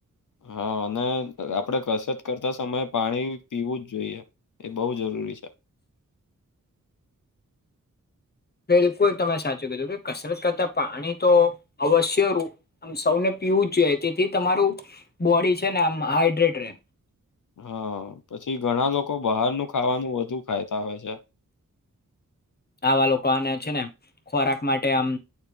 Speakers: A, on the left (about 70°); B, on the left (about 30°).
A: હા અને આપણેે કસરત કરતા સમયે પાણી પીવું જ જોઈએ એ બહુ જરૂરી છે.
B: બિલકુલ તમે સાચું કીધું કે કસરત કરતા પાણી તો અવશ્ય રૂ આ સૌને પીવું જ જોઈએ તેથી તમારું બોડી છે ને આમ હાડ્રેટ રહે
A: હા પછી ઘણા લોકો બહારનું ખાવાનું વધુ ખાતા હોય છે.
B: આવા લોકો આને છેને, ખોરાક માટે આમ